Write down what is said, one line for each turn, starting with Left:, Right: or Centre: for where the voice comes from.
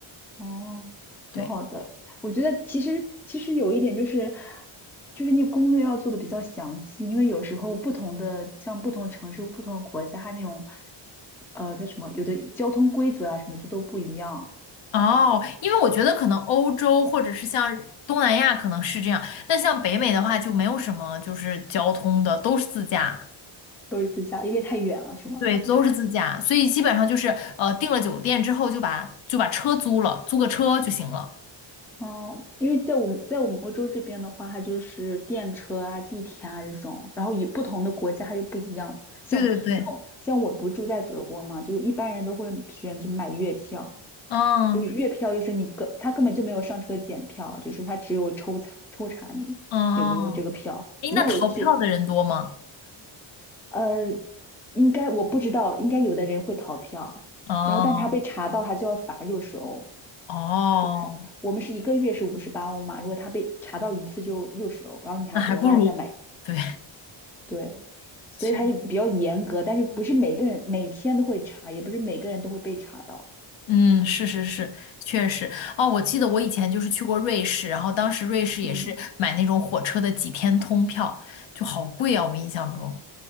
Centre: 哦，
Left: 对。
Centre: 挺好的。我觉得其实其实有一点就是，就是你攻略要做的比较详细，因为有时候不同的像不同城市、不同的国家，它那种呃叫什么，有的交通规则啊什么就都不一样，
Left: 哦，因为我觉得可能欧洲或者是像东南亚可能是这样，那像北美的话就没有什么就是交通的，都是自驾，
Centre: 都是自驾，因为太远了，是吗？
Left: 对，
Centre: 就是
Left: 都是自驾，所以基本上就是呃订了酒店之后就把就把车租了，租个车就行了。
Centre: 哦，因为在我们在我们欧洲这边的话，它就是电车啊、地铁啊这种，然后与不同的国家它又不一样。像像像我不住在德国嘛，
Left: 对对对，
Centre: 就是一般人都会选择买月票，
Left: 嗯，
Centre: 就是月票就是你根他根本就没有上车检票，
Left: 嗯
Centre: 就是他只有抽查抽查你有没有这个票。
Left: 嗯，诶，
Centre: 如果我去，
Left: 那逃票的人多吗？
Centre: 呃，应该我不知道，应该有的人会逃票，
Left: 哦，
Centre: 然后但是他被查到他就要罚六十欧。
Left: 哦，
Centre: 就还我们是一个月是五十八欧嘛，如果他被查到一次就六十欧，然后你还要额外再买，
Left: 那还不如，对，
Centre: 对，所以他就比较严格，
Left: 确
Centre: 但是不是每个人每天都会查，也不是每个人都会被查到。
Left: 嗯，是是是，确实。哦，我记得我以前就是去过瑞士，然后当时瑞士也是买那种火车的几天通票，
Centre: 嗯，
Left: 就好贵啊，我印象中。